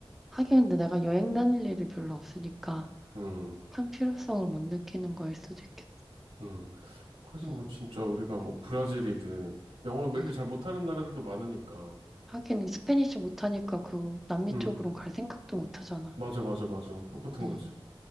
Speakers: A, in the centre; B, on the right (about 80°).
A: 하긴 근데 내가 여행 다닐 일이 별로 없으니까
B: 음,
A: 큰 필요성을 못 느끼는 거일 수도 있겠다.
B: 음. 그래서
A: 음,
B: 뭐 진짜 우리가 뭐 브라질이든 영어 뭐
A: 음.
B: 이렇게 잘 못하는 나라들도 많으니까.
A: 하긴 스페니쉬 못하니까 그 남미
B: 음,
A: 쪽으로 갈 생각도 못 하잖아.
B: 맞아, 맞아, 맞아. 똑같은
A: 음,
B: 거지.